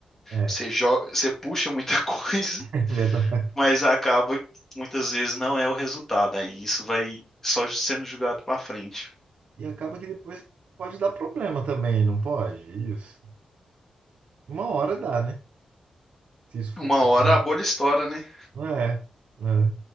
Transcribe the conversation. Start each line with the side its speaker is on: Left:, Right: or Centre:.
Right: É,
Left: Você, jo- você puxa muita <laughs> coisa
Right: <laughs> verdade.
Left: mas acaba que muitas vezes não é o resultado. Aí isso vai só sendo julgado para frente.
Right: E acaba que depois pode dar problema também, não pode? Isso. Uma hora dá, né? Se isso for
Left: Uma
Right: constante.
Left: hora a bolha estoura, né?
Right: Não é, né?